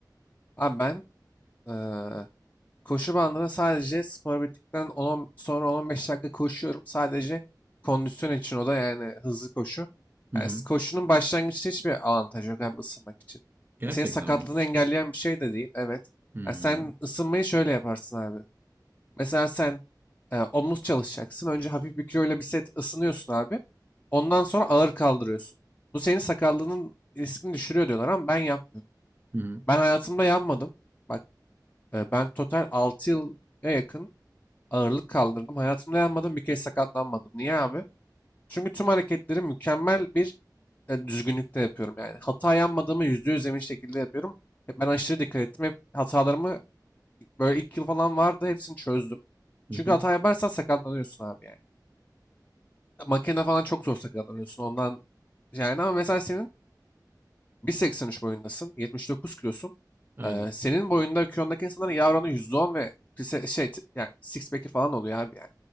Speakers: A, on the left; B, on the right.
A: Abi ben eee, koşu bandına sadece spor bittikten 10 sonra 10-15 dakika koşuyorum. Sadece kondisyon için o da yani hızlı koşu.
B: Hı
A: Yani
B: hı.
A: s- koşunun başlangıçta hiçbir avantajı yok abi ısınmak için.
B: Gerçekten
A: E senin sakatlığını
B: mi?
A: engelleyen bir şey de değil. Evet.
B: Hı
A: Ya sen ısınmayı şöyle yaparsın abi. Mesela sen e, omuz çalışacaksın. Önce hafif bir kiloyla bir set ısınıyorsun abi. Ondan sonra ağır kaldırıyorsun. Bu senin sakallığının riskini düşürüyor diyorlar ama ben yapmıyorum.
B: hı.
A: Ben hayatımda yanmadım. Bak e, ben total 6 yıla yakın ağırlık kaldırdım. Hayatımda yanmadım bir kez sakatlanmadım. Niye abi? Çünkü tüm hareketleri mükemmel bir e, düzgünlükte yapıyorum yani. Hata yanmadığımı %100 emin şekilde yapıyorum. E, Ben aşırı dikkat ettim. Hep hatalarımı Böyle ilk yıl falan vardı hepsini çözdüm.
B: Hı
A: Çünkü
B: hı.
A: hata yaparsan sakatlanıyorsun abi yani. Makine falan çok zor sakatlanıyorsun ondan. Yani ama mesela senin 1.83 boyundasın, 79 kilosun.
B: Aynen.
A: Ee, senin boyunda kilondaki insanların yağ oranı %10 ve pise- şey t- yani six pack'i falan oluyor abi yani.